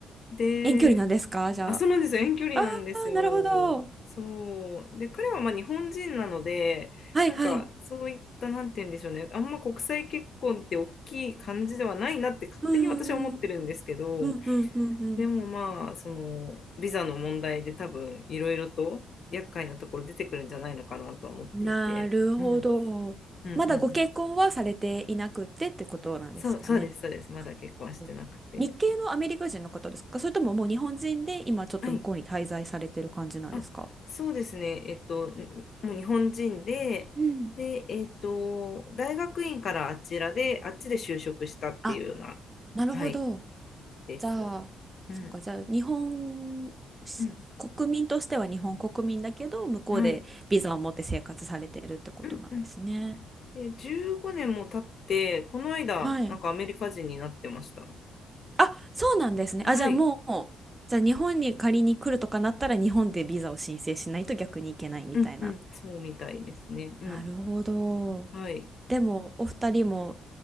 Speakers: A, on the left; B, on the right.
A: で、
B: 遠距離なんですかじゃあ。
A: あ、そうなんですよ。遠距離なんですよ。
B: ああ、なるほど。
A: そう。で、彼はまあ日本人なので、
B: はいはい。
A: なんか、そういった、なんて言うんでしょうね。あんま国際結婚って大きい感じではないなって勝手に私は思ってるんですけど、
B: うんうんうんうんうんう
A: でもまあ、その、ビザの問題で多分、いろいろと厄介なところ出てくるんじゃないのかなとは思っていて。
B: ん。なるほど。
A: うん。うんうんうん。
B: まだご結婚はされていなくてってことなんですかね。
A: そう、そうです、そうです。まだ結婚してなくて。
B: そう日系のアメリカ人の方ですかそれとももう日本人で今ちょっと向こうに滞在されてる感じなんですか
A: はい。あ、そうですね。えっと、んもう日本人で、
B: うん。
A: で、えっと、大学院からあちらで、あっちで就職したっていうような、
B: あ、なるほど。
A: はい、形です。
B: じゃあ、
A: うん、
B: そっか、じゃあ、日本し、
A: うん、
B: 国民としては日本国民だけど、向こうでビザを持って生活されてるってことなんですね。
A: はい。うん、うん。で、15年も経って、この間、
B: はい。
A: なんかアメリカ人になってました。
B: あ、そうなんですね。
A: はい。
B: あ、じゃあもう、じゃあ日本に仮に来るとかなったら、日本でビザを申請しないと逆に行けないみたいな。
A: うん、うん、そうみたいですね。うん、
B: なるほど。
A: うん。はい。
B: でも、お二人も、